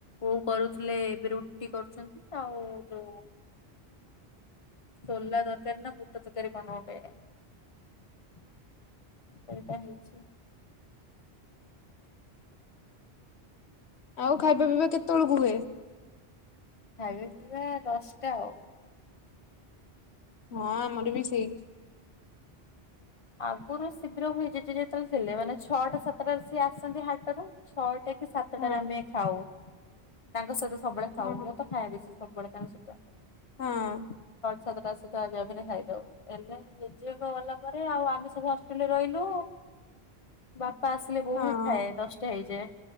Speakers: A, on the left (about 30°); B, on the left (about 85°).
A: କୋଉ କରୁଥିଲେ, ଏବେ ରୁଟି କରୁଛନ୍ତି ଆଉ ଯୋଉ
B: ହ
A: ସଲାଦ ଓକାରାର ନା ପୁଟ ତକାରାର କଣଟେ ସେଇଟା ହେଇଛି।
B: ଆଉ ଖାଇବା ପିଇବା କେତେବେଳକୁ ହୁଏ।
A: ଆ ଦଶଟା ଆ
B: ହଁ ଆମର ବି ସେଇ
A: ଆଗରୁ ଶୀଘ୍ର ହେଇଯ ଯେ ଯେତେବେଳେ ଥିଲେ, ମାନେ ଛଅଟା ସାତଟା ସିଏ ଆସନ୍ତି ହାଟରୁ ଛଅଟା କି ସାତଟାରେ
B: ହଁ
A: ଆମେ ଖାଉ ତାଙ୍କ ସହିତ ସବୁବେଳେ
B: ହଁ
A: ଖାଉ ମୁଁ ତ ଖାଇବା ବେଶ ସବଳେ କଙ୍କ ସହିତଛ।
B: ହଁ
A: ସାତଟା ସତା ଆବା ପାଇଁ ଖାଇଦଉ ହେଲେ ଜେଝେ ଗଲା ଆଉ ଆମେ ସବୁ ହଷ୍ଟେଲରେ ରହିଲୁ ବାପା ଆସିଲେ ବୋଉ
B: ହଁ।
A: ହ ଥାଏ ଦଶଟା ହେଇଯାଏ।